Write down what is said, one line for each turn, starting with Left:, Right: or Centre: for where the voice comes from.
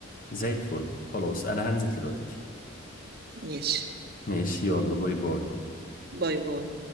Left: زي الفل خلاص انا هنزل دلوقتي
Right: ماشي
Left: ماشي يلا باي باي
Right: باي باي